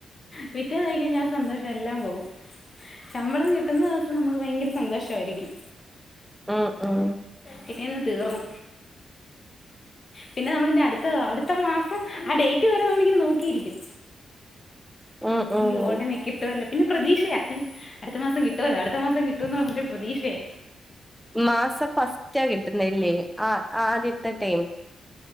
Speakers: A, on the left; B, in the centre.
A: പിറ്റേന്നായ്ക്കഴിഞ്ഞാൻ സന്തോഷം എല്ലാം പോകും ശമ്പളം കിട്ടുന്ന ദിവസം നമുക്ക് ഭയങ്കര സന്തോഷമായിരിക്കും
B: ഉം ഉം
A: പിറ്റേന്ന് തീർന്ന് പിന്നെ നമ്മളിന്റെ അടുത്ത അടുത്ത മാസം ആ ഡേറ്റ് വരെ നമ്മളിങ്ങനെ നോക്കിയിരിക്കും
B: ഉം ഉം
A: നി ഒടനെ കിട്ട്വല്ല പിന്നെ പ്രതീക്ഷയാ അടുത്ത മാസം കിട്ടുവല്ലോ അടുത്ത മാസം കിട്ടുംന്ന് പറഞ്ഞിട്ട് പ്രതീക്ഷയാ
B: മാസം ഫസ്റ്റാ കിട്ടുന്നല്ലേ ആ ആദ്യത്തെ ടൈം